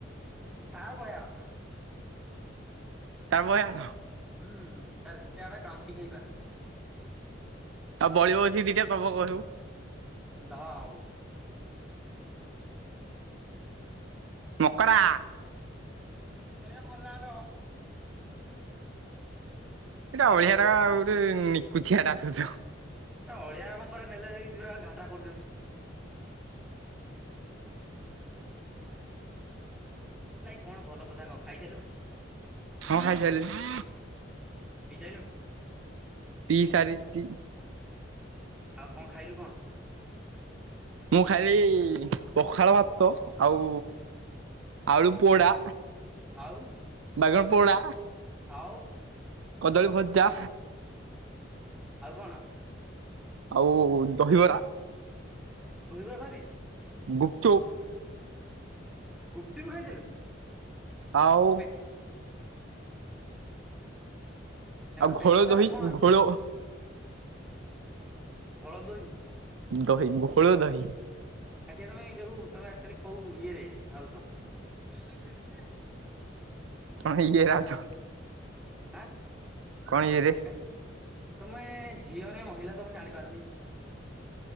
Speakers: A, in the centre; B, on the right.
A: ତାର ପାଇଆନ
B: ତା ପାଇଁ ଆଣ।
A: ହୁଁ ତା ଆବେ କାଉଁଟିି ଖାଇ ପାରୁନି <inaudible>
B: ଆଉ ବଳିଯଦି ଦିଟା ଦବ ଘରକୁ।
A: ଦବା ଆଉ
B: ମକରା
A: ଏ ମଲାର।
B: ଏଇଟା
A: ଆଉ
B: ଅଳିଆ
A: କଣ
B: ଟା
A: କହୁଛୁ
B: ଆଉ ଗୋଟେ ନିକୁଛିିଆ ଟା ସୁଦୁ।
A: ଏ ଅଳିଆ ଗୁ୍ରା ପୁରା ନେଲେ ଏମିତି ପୁରା ଘାଟା କରୁଛନ୍ତି। ଭାଇ କଣ ଭଲ କଥା କହ ଖାଇସାରିଲୁଣିି?
B: ହଁ ଖାଇସାରିଲିଣି।
A: ପି ସାରିଲୁଣୁ।
B: ପି ସାରିଛି।
A: ଆଉ କଣ ଖାଇଲୁ କଣ?
B: ମୁଁ ଖାଲି ପଖାଳ ଭାତ ଆଉ ଆଳୁପୋଡ଼ା।
A: ଆଉ
B: ବାଇଗଣ ପୋଡା।
A: ଆଉ।
B: କଦଳୀ ଭଜା।
A: ଆଉ କଣ?
B: ଆଉ ଦହିବରା।
A: ଦହିବରା ଖାଇ ଦେଇଛୁ।
B: ଗୁପଚୁପ।
A: ଗୁପଚୁପ ଖାଇଥିଲୁ
B: ଆଉ
A: ପେ ଏଟା
B: ଆଉ
A: ତୋ ପେଟ
B: ଘୋଳ ଦହି
A: ଏଟା କଣ ଆକଚୁଆଲି?
B: ଘୋଳ
A: <inaudible> ଘୋଳ ଦହି
B: ଦହି ଘୋଳ ଦହି
A: ଆଜ୍ଞା ତମେ ଯୋଉ ତମେ ଅଚୁଲି କୋଉ ଇଏରେ ଆଉଛ। <inaudible>
B: ହଁ ଇଏ ରାଛ
A: ଆଁ
B: କଣ ଇଏ ରେ?
A: ଆରେ ତମେ ଝିଅ ନା ମହିଳା ତ ମୁଁ ଜାଣି ପାରୁନି।